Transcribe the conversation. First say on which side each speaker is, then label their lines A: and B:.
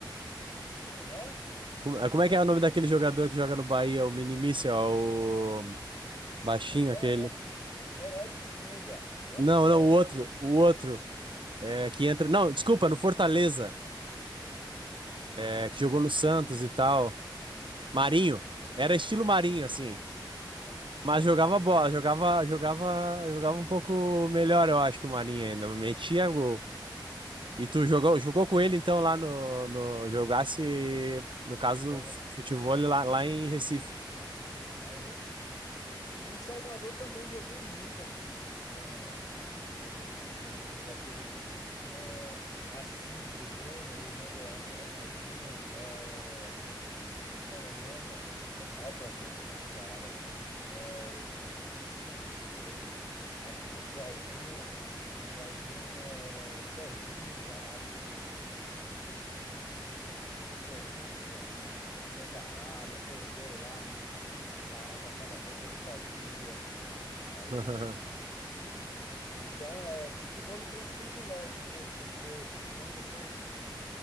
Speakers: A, on the left; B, on the right.
A: Como é?
B: Como como é que é o nome daquele jogador que joga no Bahia, o Mini Mísel, o baixinho
A: É,
B: aquele?
A: é, o- é o Eric Puga. Eu
B: Não,
A: acho que era.
B: não, o outro, o outro é, que entra, não, desculpa, no Fortaleza, é, que jogou no Santos e tal. Marinho, era estilo Marinho assim,
A: É, Marinho,
B: mas jogava
A: Marinho,
B: bola, jogava, jogava, jogava um pouco melhor, eu acho que o Marinho ainda, metia gol. E tu jogou, jogou com ele então lá no, no jogasse, no caso,
A: Pernambuco,
B: futebol lá, lá em Recife.
A: lá em Recife. E em Salvador também joguei muito aqui com, com os meninos, aquele é, Assis do Grêmio, o irmão de Ro- Ronaldinho. é, como era o nome, rapaz? Eu sou mal para nome dos caras. É, Flores, Aqui, Claudinho, Claudinho, é, Serginho, a, a- Corinthians, e foi para a Arábia, fez gol lá, carro para cada gol que ele fazia. Aí,
B: <laughs>
A: ele- então, é, futebol ele tem esse privilégio, né, de você, quando você